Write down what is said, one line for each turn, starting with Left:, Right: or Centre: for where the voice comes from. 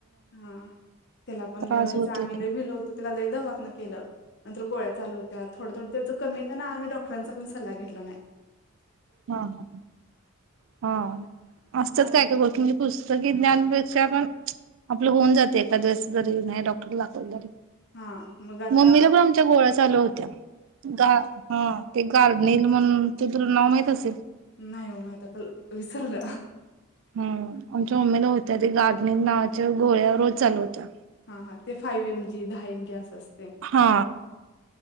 Left: हा, त्याला पन
Right: त्रास
Left: लय व्हायचं
Right: होतोय
Left: आम्ही लय भिलो होतो. त्याला लय दवाखान केल. नंतर गोळ्या चालू होत्या. थोडं थोडं त्याच कमी येतं ना, आम्ही डॉक्टरांचा पन सल्ला घेतला नाय.
Right: हा हा हा. हा, असतात
Left: मग आता
Right: काय काय गोष्टी म्हनजे पुस्तकी ज्ञान पेक्षा पन चं आपलं होऊन जाते, एखाद दिवस जरी, नाय डॉक्टरला दाखवलं तरी.
Left: हा मग आता
Right: मम्मीला पण आमच्या गोळ्या चालू होत्या. गा हा ते ग कार्ड नेईल म्हणून ते तुला नाव माहित तसलं
Left: न्हाई ओ म्हाईत. आता विसरलं.
Right: हम्म आमच्या मम्मीला होत्या ते गार्डनिल नावाच्या गोळ्या रोज चालू होत्या.
Left: हा हा ते फायू एम जी, दहा एम जी, अस असत.
Right: हा.